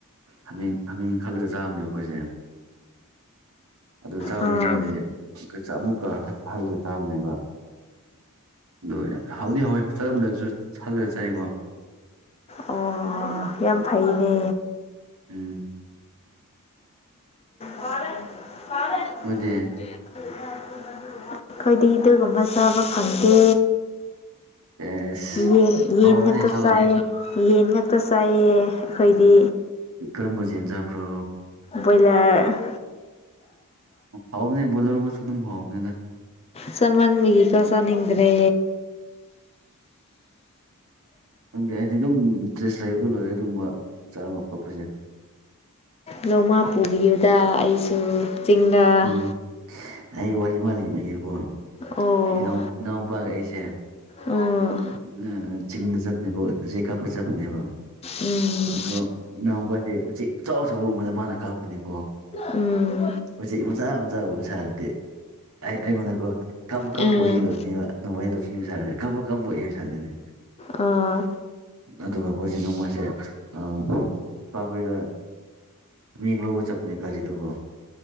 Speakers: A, on the right; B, on the left.
A: ꯍꯃꯦꯡ ꯍꯃꯦꯡ ꯈꯜꯂꯒ ꯆꯥꯕꯅꯦꯕ ꯑꯩꯈꯣꯏꯁꯦ ꯑꯗꯨꯒ ꯆꯥꯕ
B: ꯑꯥ
A: ꯃꯇꯨꯡꯗꯗꯤ ꯈꯣꯢꯁꯦ ꯑꯃꯨꯛꯀ ꯍꯟ ꯍꯜꯂꯒ ꯆꯥꯕꯅꯦꯕ ꯗꯨ ꯑꯣꯢꯔꯦ ꯍꯥꯎꯗꯤ ꯍꯥꯎꯋꯤ ꯆꯠꯂꯝꯗꯥꯢꯁꯨ ꯁꯜꯂꯒ ꯆꯥꯏꯀꯣ
B: ꯑꯣ ꯌꯥꯝ ꯐꯩꯅꯦ
A: ꯎꯝ
B: ꯄꯥꯔꯦ ꯄꯥꯔꯦ
A: ꯅꯣꯢꯗꯤ
B: <inaudible> ꯈꯣꯏꯗꯤ ꯗꯨꯒꯨꯝꯕ ꯆꯥꯕ ꯐꯪꯗꯦ
A: ꯑꯦꯁ
B: ꯌꯦꯟ ꯌꯦꯟ
A: ꯍꯥꯎꯕꯅꯦ
B: ꯉꯥꯛꯇ
A: ꯆꯥꯎ
B: ꯆꯥꯏꯋꯦ ꯌꯦꯟ ꯉꯥꯛꯇ ꯆꯥꯏꯋꯦ ꯑꯈꯣꯏꯗꯤ
A: ꯀꯔꯝꯕ ꯖꯦꯟ ꯆꯥꯕ꯭ꯔꯣ
B: ꯕꯣꯏꯂꯔ
A: ꯍꯥꯎꯕꯅꯦ ꯕꯣꯏꯂꯔꯕꯨꯁꯨ ꯑꯗꯨꯝ ꯍꯥꯎꯕꯅꯦꯗ
B: ꯆꯥꯃꯟꯕꯒꯤꯀꯣ ꯆꯅꯤꯡꯗ꯭ꯔꯦ
A: ꯈꯪꯗꯦ ꯑꯩꯗꯤ ꯑꯗꯨꯝ ꯏꯟꯇꯔꯦꯁ ꯂꯩꯕꯗ ꯂꯣꯏꯔꯦ ꯑꯗꯨꯒꯨꯝꯕ ꯆꯥꯕ ꯈꯣꯠꯄꯁꯦ
B: ꯅꯣꯡꯃꯥ ꯄꯨꯕꯤꯌꯨꯗ ꯑꯩꯁꯨ ꯆꯤꯡꯗ
A: ꯎꯝ ꯑꯩ ꯋꯥꯔꯤ ꯑꯃ ꯂꯤꯕꯤꯒꯦꯀꯣ
B: ꯑꯣ
A: ꯏꯅꯥꯎ ꯏꯅꯥꯎꯄꯥꯒ ꯑꯩꯁꯦ
B: ꯑꯣ
A: ꯎꯝ ꯆꯤꯡꯗ ꯆꯠꯄꯅꯦꯕꯣ ꯎꯆꯦꯛ ꯀꯥꯞꯄ ꯆꯠꯄꯅꯦꯕ
B: ꯎꯝ
A: ꯑꯗꯣ ꯏꯅꯥꯎꯄꯥꯗꯤ ꯎꯆꯦꯛ ꯑꯆꯧ ꯑꯆꯧꯕ ꯎꯕꯗ ꯃꯥꯅ ꯀꯥꯞꯄꯅꯦꯀꯣ
B: ꯎꯝ
A: ꯎꯆꯦꯛ ꯃꯆꯥ ꯃꯆꯥ ꯎꯕꯁꯥꯔꯗꯤ ꯑꯩ ꯑꯩꯉꯣꯟꯗ ꯀꯣ ꯀꯥꯄꯣ ꯀꯥꯄꯣ
B: ꯎꯝ
A: ꯍꯩꯗꯣꯅꯦꯕ ꯅꯣꯡꯃꯩꯗꯣ ꯄꯤꯕ ꯁꯥꯔꯒ ꯀꯥꯄꯣ ꯀꯥꯄꯣꯏ ꯑꯦꯝ ꯁꯥꯗꯣꯏꯅꯦ
B: ꯑꯥ
A: ꯑꯗꯨꯒ ꯑꯈꯣꯏꯁꯦ ꯅꯣꯡꯃꯩꯁꯦ ꯑ ꯢꯄꯥꯈꯣꯏꯒ ꯍꯃꯦꯡ ꯂꯧꯕ ꯆꯞꯄꯅꯦ ꯒꯥꯔꯤꯗꯀꯣ